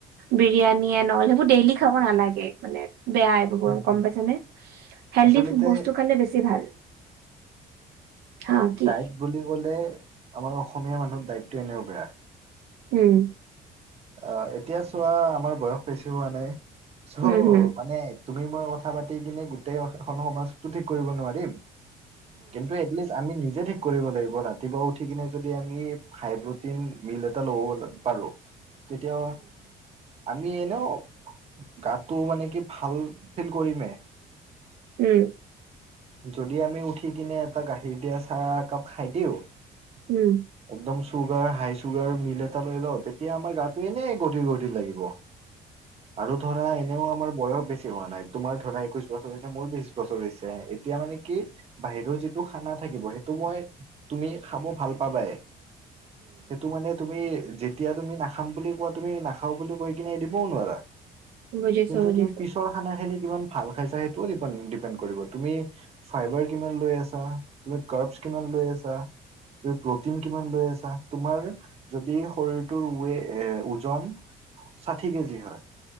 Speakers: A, on the right; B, on the right.
A: বিৰিয়ানি নহলে সেইবোৰ ডেইলি খাব নালাগে। নেট বেয়া আই বোবোৰণ
B: হম হম
A: গম পাইছা নে হেল্ডি
B: আচলতে
A: ফুড বস্তু খালে বেছি ভাল। হা কি
B: দাইট বুলি ক'লে, আমাৰ অসমীয়া মানুহৰ দাইটটো এনেও বেয়া।
A: হম।
B: অ এতিয়া চোৱা আমাৰ বয়স বেছি হোৱা নাই চ'
A: উম, হুম।
B: মানে তুমি মই কথা পাতি কিনে গোটেই এখন সমাজতটো ঠিক কৰিব নোৱাৰিম। কিন্তু এটলিষ্ট আমি নিজে ঠিক কৰিব লাগিব ৰাতিপুৱা উঠি কিনে যদি, আমি হাইপটিন মিল এটা ল লব পাৰো তেতিয়া আমি এনো গাটো মানে কি ভাল ফিল কৰিমে।
A: হম।
B: যদি আমি উঠি কিনে এটা গাখীৰ দিয়া চাহ একাপ খাই দিওঁ।
A: উম।
B: একদম চুগাৰ হাই চুগাৰ মিল এটা লৈ ল, তেতিয়া আমাৰ গাটো এনেই গধিৰ গধিৰ লাগিব। আৰু ধৰা এনেও আমাৰ বয়স বেছি হোৱা নাই, তোমাৰ ধৰা একৈশ বছৰ হৈছে মোৰ বিশ বছৰ হৈছে। এতিয়া মানে কি বাহিৰৰ যি- টো খানা থাকিব সেইটো মই তুমি খাব ভাল পাবাই। সেইটো মানে তুমি যেতিয়া তুমি নাখ- খাম বুলি কোৱা তুমি নাখাও বুলি কৈ কিনে দিবও নোৱাৰা।
A: বুজিছোঁ
B: কিন্তু
A: বুজিছোঁ।
B: তুমি পিছৰ খানা খিনি কিমান ভাল খাইছা সেইটোও ডিপে ডিপেন্ড কৰিব তুমি ফাইবাৰ কিমান লৈ আছা। তুমি কাৰ্বছ কিমান লৈ আছা, তুমি প্ৰটিন কিমান লৈ আছা। তোমাৰ যদি শৰীৰটোৰ ৱে ওজন ষাঠি কেজি হয়,